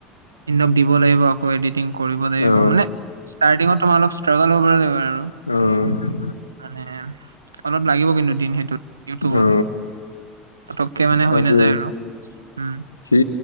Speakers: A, on the right; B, on the left.
A: ইনক দিব লাগিব আকৌ এডিটিং কৰিব লাগিব,
B: অ
A: মানে ষ্টাৰ্টিঙত তোমাৰ অলপ ই ষ্ট্ৰাগল হ'ব লাগিব আৰু,
B: অ
A: মানে অলপ লাগিব কিন্তু দিন সেইটোত ইউটিউবত।
B: অ
A: পতকে মানে
B: তাকে
A: হৈ নাযায় আৰু, উম।
B: সি